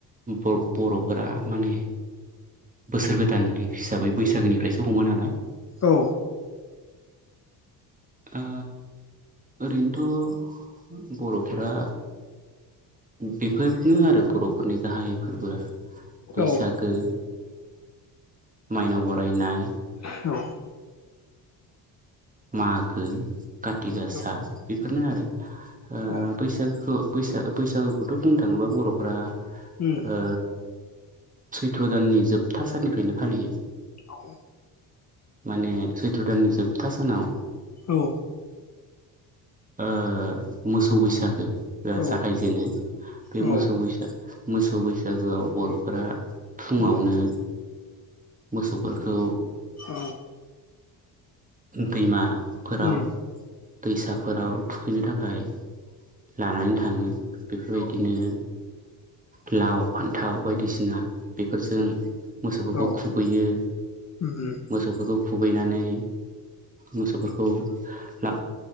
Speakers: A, on the right; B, on the left.
A: बर बर'फोरा माने बोसोर गोदान हिसाबै बैसागोनिफ्रायसो हमो नालाय
B: औ
A: ओ ओरैनोथ' बर'फोरा बेफोरनो आरो बर'फोरनि गाहाय फोरबोआ बैसागो
B: औ
A: माइनाव बरायनाय
B: औ
A: मागो काति गासा
B: औ
A: बेफोरनो आरो ओ
B: औ
A: बैसागोखौ बैसाग बैसागुखौथ' बुंनो थाङोबा बर'फोरा
B: उम
A: ओ सैथ्र' दाननि जोबथा साननिफ्रायनो फालियो
B: औ
A: माने सैथ्र' दाननि जोबथा सानाव
B: औ
A: ओ मोसौ बैसागो ओ
B: औ
A: जागायजेनो बे
B: औ
A: मोसौ बैसाग मोसौ बैसागोआव बर'फोरा फुङावनो
B: औ
A: मोसौफोरखौ
B: औ
A: दैमाफोराव
B: उम
A: दैसा फोराव थुखैनो थाखाय लानानै थाङो बेफोरबायदिनो
B: औ
A: लाव फान्थाव बायदिसिना बेफोरजों मोसौफोरखौ
B: औ
A: खुबैयो
B: उम
A: मोसौफोरखौ खुबैनानै मोसौफोरखौ ओ